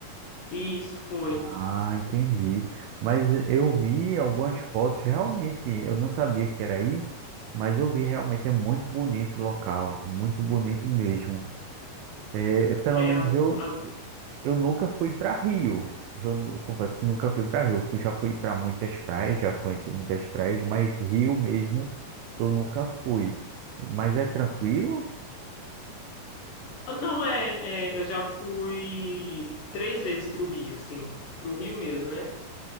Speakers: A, on the left; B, on the right.
A: Isso foi.
B: Ah, entendi. Mas eu vi algumas fotos, realmente, eu não sabia que era aí, mas eu vi realmente é muito bonito o local, muito bonito mesmo. É, pelo
A: É,
B: menos
A: as-
B: eu,
A: as-
B: Eu nunca fui para Rio. Eu nu- confesso que nunca fui para Rio. Fui- já fui para muitas praias, já conheci muitas praias, mas Rio mesmo eu nunca fui. Mas é tranquilo?
A: ah, não, é, é, eu já fui três vezes pro Rio, assim, pro Rio mesmo, né?